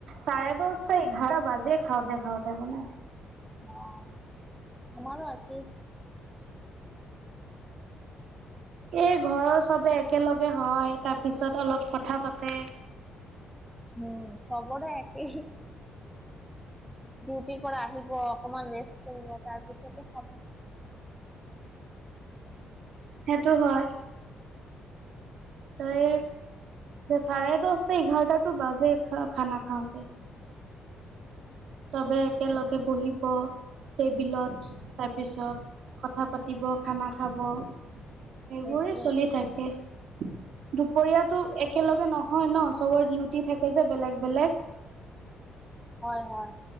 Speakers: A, on the right; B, in the centre.
A: চাৰে দহটা এঘাৰ বাজে খাওঁতে-খাওঁতে মানে।
B: অ', আমাৰো আজি
A: এই ঘৰৰ চবে একেলগে হয় তাৰপিছত অলপ কথা পাতে।
B: উম, চবৰে একেই। ডিউটিৰ পৰা আহিব অকমান ৰেষ্ট কৰিব তাৰ পিছতো খাব।
A: সেইটো হয়, ত এই চাৰে দহটা এঘাৰটাটো বাজে খ খানা খাওঁতে। চবে একেলগে বহিব। টেবিলত তাৰপিছত কথা পাতিব খানা খাব। সেইবোৰে
B: সেইটোৱে
A: চলি থাকে। দুপৰীয়াতো একেলগে নহয় ন, চবৰ ডিউটি থাকে যে বেলেগ-বেলেগ।
B: হয়-হয়।